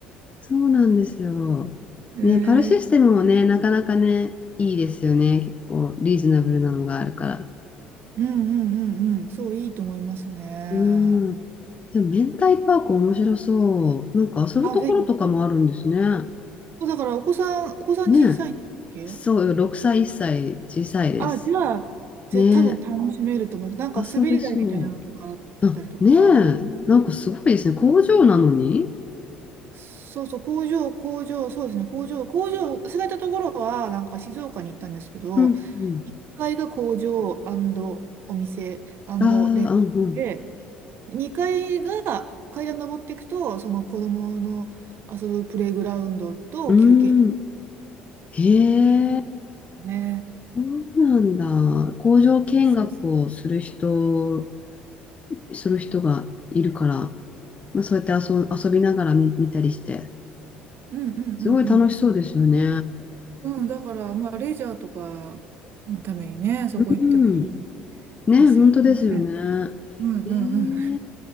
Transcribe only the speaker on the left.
そうなんですよ。
ね、パルシステムもね、なかなかね、いいですよね。結構リーズナブルなのがあるから。
うん。でも、明太パーク面白そう。なんか遊ぶところとかもあるんですね。
ねえ。そうよ、6歳、1歳、小さいです。
ねえ、
遊べそう。あ、ねえ、なんかすごいですね。工場なのに
うん
うん。ああ、うん
うん。うーん。へえ、
そうなんだ。工場見学をする人、
する人がいるから、まあ、そうやって遊、遊びながら見、見たりして、
すごい楽しそうですよね。
うん。ね、
本当ですよね。
えー、い